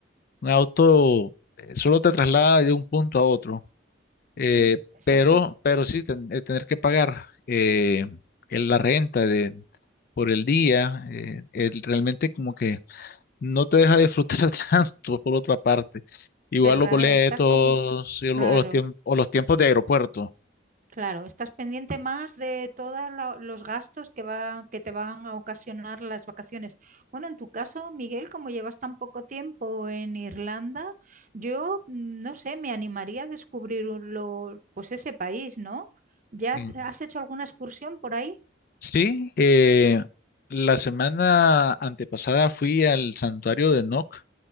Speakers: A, on the left; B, on the right.
A: un auto eh, solo te traslada de un punto a otro. Eh,
B: Sí, exacto.
A: pero, pero sí, ten- eh, tener que pagar eh, el- la renta de, por el día, eh, el- realmente como que no te deja disfrutar <laughs> tanto por otra parte. Igual
B: ¿Verdad?
A: los boletos
B: Estás como...
A: y lo-
B: Claro.
A: o los, tiemp- o los tiempos de aeropuerto.
B: Claro, estás pendiente más de todos los gastos que va- que te van a ocasionar las vacaciones. Bueno, en tu caso, Miguel, como llevas tan poco tiempo en Irlanda, yo mm, no sé, me animaría a descubrir un- lo- pues ese país, ¿no? ¿Ya
A: En-
B: te- has hecho alguna excursión por ahí?
A: sí, eh, la semana antepasada fui al santuario de Noc